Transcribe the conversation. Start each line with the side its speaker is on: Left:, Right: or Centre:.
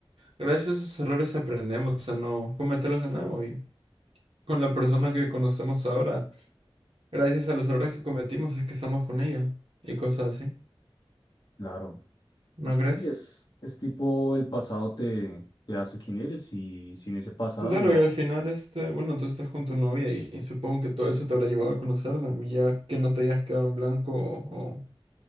Right: Gracias a esos errores aprendemos a no cometerlos de nuevo y con la persona que conocemos ahora, gracias a los errores que cometimos es que estamos con ella y cosas así,
Left: Claro,
Right: ¿no crees?
Left: sí, es, es tipo el pasado te, te hace quien eres y sin ese pasado
Right: Claro,
Left: no,
Right: y al final, este, bueno, tú estás con tu novia y, y supongo que todo eso te habrá llevado a conocerla, y ya que no te hayas quedado en blanco o